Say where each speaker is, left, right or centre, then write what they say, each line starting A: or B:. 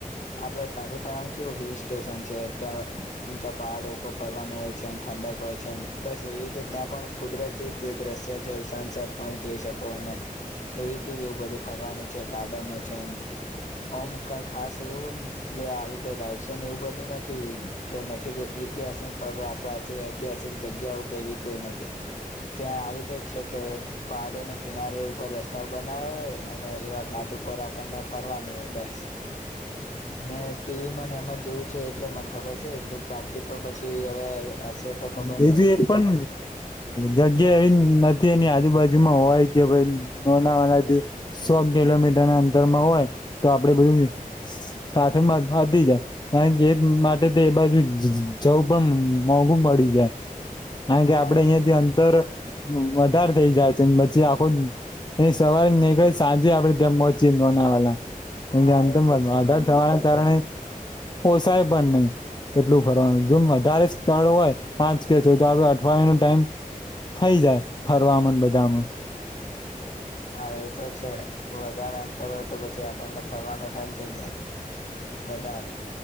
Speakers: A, on the left (about 55°); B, on the left (about 30°).
A: આપડ સાપુતારા કેવું હિલ સ્ટેશન છે. ત્યાંં પહાડ ઉપર ફરવાનું હોય છે, એમ ઠંડક હોય છે એમ. બસ એવી રીતે ત્યાં પણ કુદરતી દ્રશ્ય જો સનસેટ પોઈન્ટ જોઈ શકો. અને એવી રીતે એવું બધું ફરવાનું છે. ગાર્ડનો છે. એ ઓમ કઈ ખાસ એવું જે આવી રીતે રાશો ને એવું બધું નથી કે નથી કો ઐતિહાસિક પર પ્રાચી ઐતિહાસિક જગ્યાઓ કેવી કોઈ નથી. ત્યાં આવીતે છે કે પહાડોને કિનારે ઉપર રસ્તાઓ બનાયા હોય. અને એવા ઘાટ ઉપર આપણને ફર વાનું હોય બસ. મે ટીવી મને એમાં જોયું છે એટલે મને ખબર છે એટલું. બાકી તો પછી હવે હશે તો ખબર
B: બીજું
A: નહી
B: એક પણ જગ્યા એ ન તે એની આજુબાજુમાં હોય. કે ભાઈ નાનાવાનાથી સો કિલોમીટર ના અંતરમાં હોય તો આપડે બધું સ સાથે <unintelligible> કારણ કે માટે તો એ બાજુ ચૌ પણમ મોંઘું પડી જાય કારણ કે
A: હા
B: આપડે અહિયાયા થી અંતર વધારે થઇ જાય પછી આખો એ સવારે નીકળે સાંજે આપડે ત પહોંચી બનાવાલા હ
A: હા એ તો છે
B: અ અ કારણે ઓશાય પણંધ નહી એટલું ફરવાનું જોમ વધારે સ્થળ હોય પાંચ કે ચો તો આપ અઠવાડયિયા નો ટાઈમ થઈ જાય ફરવામાં બધામાં
A: હા એ તો છે વધારે અંતર હોય તો પછી આપણને ફરવાનો ટાઈમ થઇ જાય વધારે